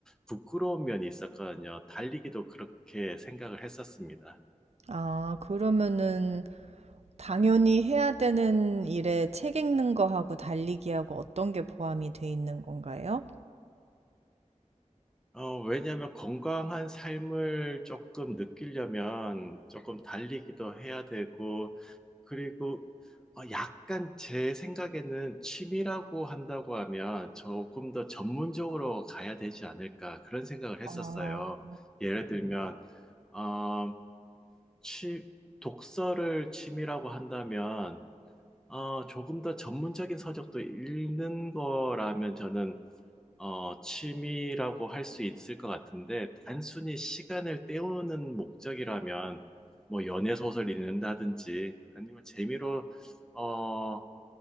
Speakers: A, in the centre; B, on the right (about 60°).
A: 부끄러운 면이 있었거든요. 달리기도 그렇게 생각을 했었습니다.
B: 아, 그러면은 당연히 해야 되는 일에 책 읽는 거하고 달리기하고 어떤 게 포함이 돼 있는 건가요?
A: 어, 왜냐하면 건강한 삶을 조금 느끼려면 조금 달리기도 해야 되고, 그리고 어, 약간 제 생각에는 취미라고 한다고 하면 조금 더 전문적으로 가야 되지 않을까 그런 생각을 했었어요.
B: 아,
A: 예를 들면, 어, 취, 독서를 취미라고 한다면, 어, 조금 더 전문적인 서적도 읽는 거라면 저는 어, 취미라고 할 수 있을 것 같은데, 단순히 시간을 때우는 목적이라면, 뭐, 연애 소설 읽는다든지, 아니면 재미로, 어,